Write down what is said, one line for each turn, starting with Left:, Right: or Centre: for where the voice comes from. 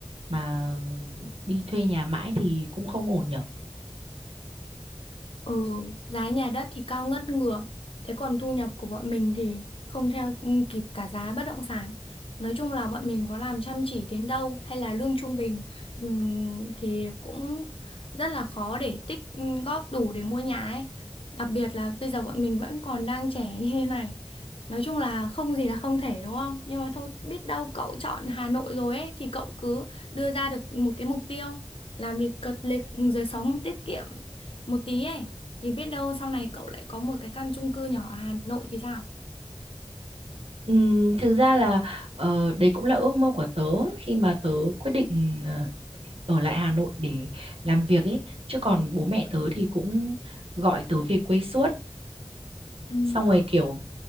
Right: Mà đi thuê nhà mãi thì cũng không ổn nhở.
Left: Ừ, giá nhà đất thì cao ngất ngược. Thế còn thu nhập của bọn mình thì không theo ừ, kịp cả giá bất động sản. Nói chung là bọn mình có làm chăm chỉ đến đâu hay là lương trung bình ừm, thì cũng rất là khó để tích ừm, góp đủ để mua nhà ấy. Đặc biệt là bây giờ bọn mình vẫn còn đang trẻ <laughs> như thế này. Nói chung là không gì là không thể đúng không? Nhưng mà thôi biết đâu cậu chọn Hà Nội rồi ấy thì cậu cứ đưa ra được một cái mục tiêu làm việc cật lực rồi sống tiết kiệm một tí ấy thì biết đâu sau này cậu lại có một cái căn chung cư nhỏ ở Hà Nội thì sao?
Right: Ừm, thực ra là ờ, đấy cũng là ước mơ của tớ khi mà tớ quyết định ờ, ở lại Hà Nội để làm việc ấy chứ còn bố mẹ tớ thì cũng gọi tớ về quê suốt
Left: Ừ.
Right: xong rồi kiểu